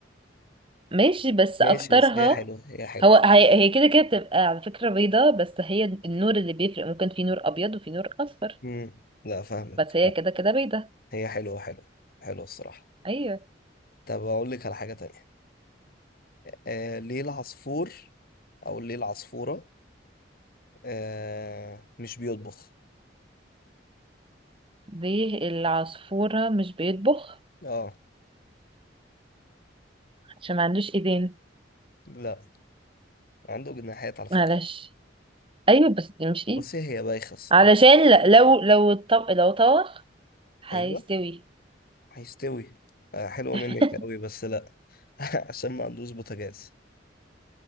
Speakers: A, on the right (about 30°); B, on the left (about 55°).
A: ماشي بس
B: ماشي
A: اكترها
B: بس هي حلوة هي حلوة
A: هو هي هي كده كده بتبقى على فكرة بيضة بس هي النور اللي بيفرق ممكن في نور ابيض وفي نور اصفر
B: مم. لا فاهمك
A: بس هي
B: لا
A: كده كده بيضة
B: هي حلوة حلوة حلوة الصراحة
A: ايوه
B: طب أقول لك على حاجة تانية آه ليه العصفور او ليه العصفورة آه مش بيطبخ
A: دي العصفورة مش بيطبخ
B: اه
A: عشان ما عندوش ايدين
B: لا عنده جناحات على فكرة
A: معلش ايوه بس دي مش ايد
B: بصي هي بايخة الصراحة
A: علشان ل- لو لو الطبق لو طبخ هيستوي
B: ايوه هيستوي آه حلوة
A: <laughs>
B: منك قوي بس لا <laughs> عشان ما عندوش بوتاجاز